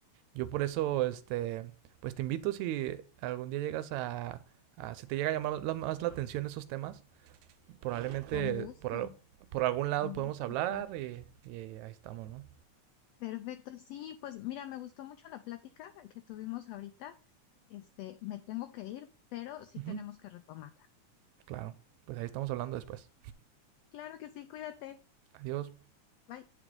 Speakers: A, on the right; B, on the left.
A: Yo por eso, este, pues te invito si algún día llegas a, a si te llega a llamar más la atención esos temas, probablemente
B: Con gusto,
A: por, por algún lado
B: con
A: podemos
B: gusto,
A: hablar
B: claro.
A: y, y ahí estamos, ¿no?
B: Perfecto, sí, pues mira, me gustó mucho la plática que tuvimos ahorita. Este, me tengo que ir, pero sí
A: Ujú.
B: tenemos que retomarla.
A: Claro. Pues ahí estamos hablando después.
B: Claro que sí, cuídate.
A: Adiós.
B: Bye.